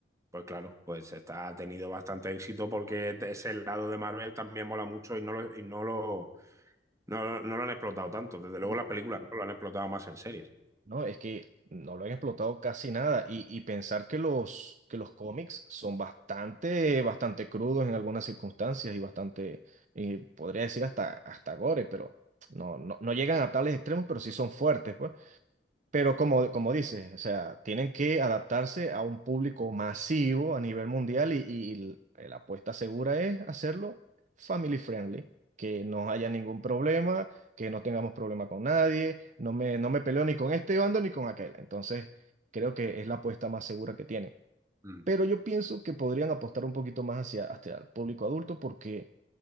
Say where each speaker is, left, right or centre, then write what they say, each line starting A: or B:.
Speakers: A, on the right; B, on the right.
A: Pues claro, pues está, ha tenido bastante éxito porque ese lado de Marvel también mola mucho y no lo, y no lo, no, no no lo han explotado tanto. Desde luego
B: No,
A: las películas no lo han explotado más en series.
B: no, es que no lo han explotado casi nada y, y pensar que los, que los cómics son bastante, bastante crudos en algunas circunstancias y bastante, eh, podría decir hasta, hasta gore, pero no, no, no llegan a tales extremos, pero sí son fuertes, pues. Pero como, como dices, o sea, tienen que adaptarse a un público masivo a nivel mundial y, y la apuesta segura es hacerlo family friendly, que no haya ningún problema, que no tengamos problema con nadie, no me, no me peleo ni con este bando ni con aquel. Entonces, creo que es la apuesta más segura que tienen.
A: Mm,
B: Pero yo pienso que podrían apostar un poquito más hacia, hacia el público adulto porque